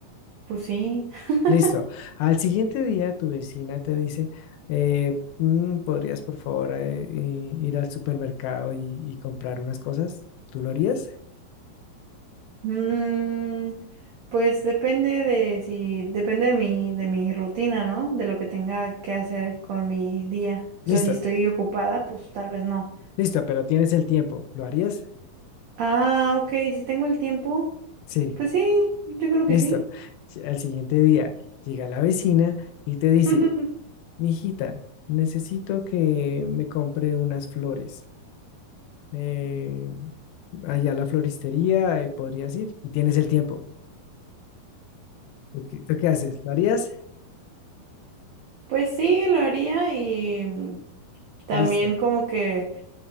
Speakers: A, on the right (about 80°); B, on the left (about 80°).
A: pues sí. <laughs>
B: Listo. Al siguiente día tu vecina te dice, eh, mm, ¿podrías por favor eh, i- ir al supermercado y, y comprar unas cosas? ¿Tú lo harías?
A: Mm, pues depende de si, depende de mi, de mi rutina, ¿no? De lo que tenga que hacer con mi día.
B: Listo,
A: O sea, si estoy ocupada, pues tal vez no.
B: listo, pero tienes el tiempo. ¿Lo harías?
A: Ah, ok, si tengo el tiempo,
B: Sí,
A: pues sí, yo creo
B: listo.
A: que sí.
B: Si- Al siguiente día llega la vecina y te dice,
A: <laughs>
B: mijita, necesito que me compre unas flores. eh, allá a la floristería, eh, podrías ir y tienes el tiempo. ¿Tú qué, tú qué haces? ¿Lo harías?
A: Pues sí, lo haría y mm, también
B: Listo.
A: como que